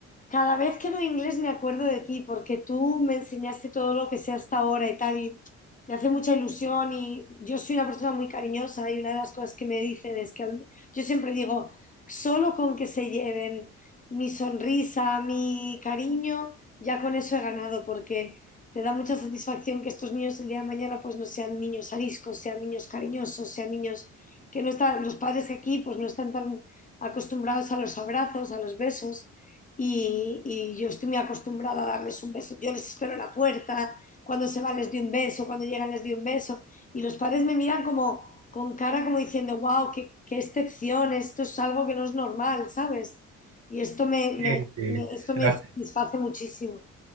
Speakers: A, on the left; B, on the right.
A: cada vez que veo inglés me acuerdo de ti, porque tú me enseñaste todo lo que sé hasta ahora y tal, y me hace mucha ilusión y yo soy una persona muy cariñosa y una de las cosas que me dicen es que al- yo siempre digo, solo con que se lleven mi sonrisa, mi cariño, ya con eso he ganado, porque te da mucha satisfacción que estos niños el día de mañana pues no sean niños ariscos, sean niños cariñosos, sean niños que no están, los padres aquí pues no están tan acostumbrados a los abrazos, a los besos, y, y yo estoy muy acostumbrada a darles un beso. Yo les espero en la puerta, cuando se van les doy un beso, cuando llegan les doy un beso, y los padres me miran como con cara como diciendo, wow, qué, qué excepción, esto es algo que no es normal, ¿sabes? Y esto me,
B: sí,
A: me-
B: sí.
A: me- esto me
B: <laughs>
A: satisface muchísimo.